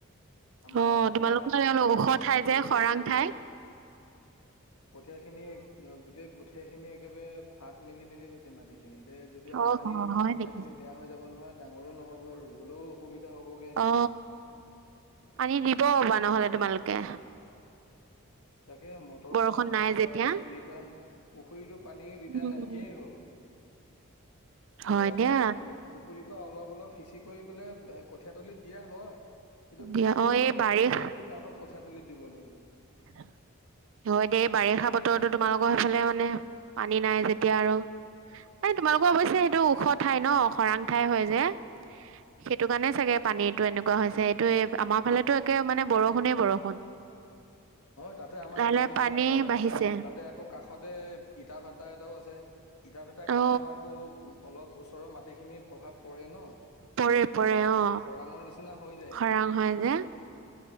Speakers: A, on the left; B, on the right.
A: আমাৰ
B: অ
A: অকমান
B: তোমালোকৰ
A: কঠীয়া
B: ওখ
A: অলপ
B: ঠাই
A: অলপ
B: যে
A: হৈছে
B: খৰাং
A: এতিয়া
B: ঠাই
A: কঠীয়াখিনি অ' গোটেই গোট গোটেই খিনি একেবাৰে ফাট মেলি মেলি গৈছে মাটিখিনিত। দে যদি আৰু
B: অ
A: পানী নহয়
B: হয়
A: কঠীয়াখিনি
B: নেকি
A: বেয়া হৈ যাব নহয়, ডাঙৰো নহ'ব, ৰুবলৈও অসুবিধা হ'বগে।
B: অ পানী দিব পাবা নহ'লে তোমালোকে
A: তাকে মটৰ
B: বৰষুণ
A: হওঁক
B: নাই যেতিয়া
A: বা পুখুৰীৰ পাৰে পুখুৰীতো পানীৰ দুটা
B: উম।
A: নাইকিয়াই হ'ল তাকে
B: হয়
A: আগত
B: দিয়া
A: পু পুখুৰীত অলপ অলপ সিচি কৰি পেলাই কঠিয়া তলিত দিয়া হয়। কিন্তু
B: দিয়া
A: পুখুৰীতটো
B: অ এই
A: পানী
B: বাৰিষ
A: নাইকিয়া যে তাৰ পৰা কঠিয়া কঠীয়া তলিত দিবলৈ
B: <unintelligible> হয় দে বাৰিষা বতৰতো তোমালোকৰ সেইফালে মানে পানী নাই যেতিয়া আৰু মান তোমালোকৰ অৱশ্যে সেইটো ওখ ঠাই ন খৰাং ঠাই হয় যে সেইটো কাৰণে চাগে পানীটো এনেকুৱা হৈছে, এইটো আমাৰ ফালেতো একে মানে বৰষুণেই বৰষুণ
A: হয়, তাতে আমাৰ
B: লাহে
A: এই
B: লাহে
A: মাটিখিনি
B: পানী
A: আৰু অলপ শুকান।
B: বাঢ়িছে
A: তাতে আকৌ কাষতে ইটা ভাটা এটাও আছে। ইটা ভাটাৰ কাৰণেও
B: অ
A: আকৌ অলপ ওচ ওচৰৰ মাটি খিনি প্ৰভাৱ পৰে ন
B: পৰে পৰে
A: অলপ
B: অ
A: খৰাং নিচিনা হৈ যায়গৈ
B: খৰাং হয় যে